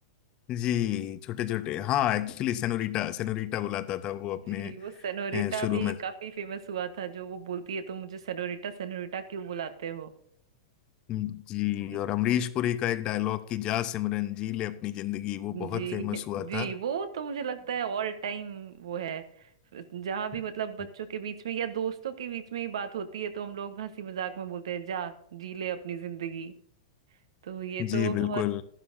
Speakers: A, on the left; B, on the right.
A: जी छोटे छोटे हाँ एक्चुअली सेनोरीटा सेनोरीटा बुलाता था वो
B: जी
A: अपने
B: वो सेनोरिटा
A: अ, शुरू
B: भी
A: में
B: काफी फेमस हुआ था जो वो बोलती है तो मुझे सेनोरिटा सेनोरिटा क्यों बुलाते हो
A: जी
B: जी
A: और अमरीश पुरी का एक डायलॉग कि जा सिमरन जी ले अपनी जिंदगी वो बहुत
B: जी
A: फेमस हुआ
B: जी
A: था
B: वो तो मुझे लगता है ऑल टाइम वो है जहाँ भी
A: <laughs>
B: मतलब बच्चों के बीच में या दोस्तों के बीच में ही बात होती है तो हम लोग हंसी मजाक में बोलते हैं जा जी ले अपनी जिंदगी तो ये
A: जी
B: तो
A: बिल्कुल
B: बहुत